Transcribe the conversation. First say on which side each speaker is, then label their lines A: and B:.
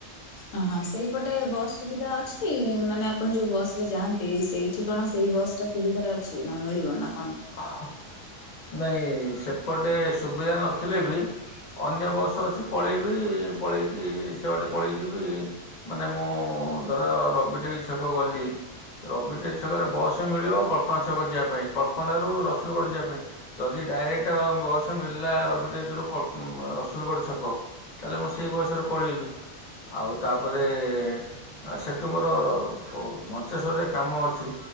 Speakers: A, on the left; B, on the left.
A: ହ ହଁ ସେଇପଟେ ବସ୍ ସୁବିଧା ଅଛି? ମାନେ ଆପଣ ଯୋଉ ବସ ରେ ଯାଆନ୍ତି ସେଇଠି କଣ ସେଇ ବସ୍ ସୁବିଧାରେ ଅଛି ନା ମିଳିବ ନା କଣ?
B: ହ ନାଇ ସେପଟେ ସୁବିଧା ନଥିଲେ ବି ଅନ୍ୟ ବସ୍ ଅଛି ପଳେଇବି ପଳେଇକି ସେବାଟେ ପଳେଇ ଯିବି। ମାନେ ମୁଁ ଧର ରବିଟ ଛକ ଗଲି ରବିଟେ ଛକରେ ବସ୍ ମିଳିବ କଳ୍ପନା ଛକ ଯିବା ପାଇଁ କଳ୍ପନା ରୁ ରସୁଲଗଡ଼ ଯିବା ପାଇଁ। ଯଦି ଡାଇରେକ୍ଟ ବସ୍ ମଳିଲା ରବିଡେଜରୁ ରସୁଲଗଡ଼ ଛକ ତା ହେଲେ ମୁଁ ସେଇ ବୟସରେ ପଳେଇବି ଆଉ ତାପରେ ଆ ସେଠୁ ମୋର ମଞ୍ଚେଶ୍ୱରରେ କାମ ଅଛି?